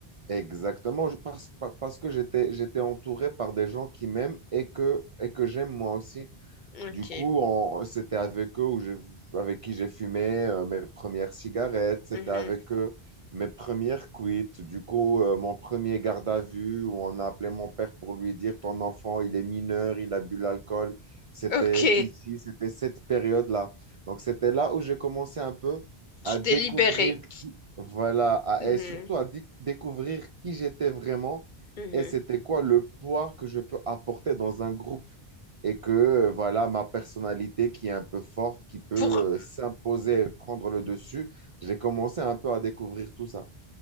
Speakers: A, on the right; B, on the left.
A: exactement, je- parce, pa- parce que j'étais, j'étais entouré par des gens qui m'aiment et que, et que j'aime moi aussi.
B: Ok.
A: Du coup, on- c'était avec eux où j'ai- avec qui j'ai fumé euh, mes premières cigarettes, c'était
B: Mhm.
A: avec eux mes premières cuites. Du coup, euh, mon premier garde à vue où on a appelé mon père pour lui dire ton enfant, il est mineur, il a bu l'alcool. C'était
B: Ok,
A: ici, c'était cette période-là. Donc, c'était là où j'ai commencé un peu
B: tu
A: à découvrir,
B: t'es libéré.
A: qui- voilà, à-
B: Mhm,
A: et surtout à déc- découvrir qui j'étais vraiment
B: mhm.
A: et c'était quoi le poids que je peux apporter dans un groupe et que euh, voilà ma personnalité qui est un peu forte, qui peut
B: Pour,
A: euh, s'imposer et prendre le dessus. J'ai commencé un peu à découvrir tout ça.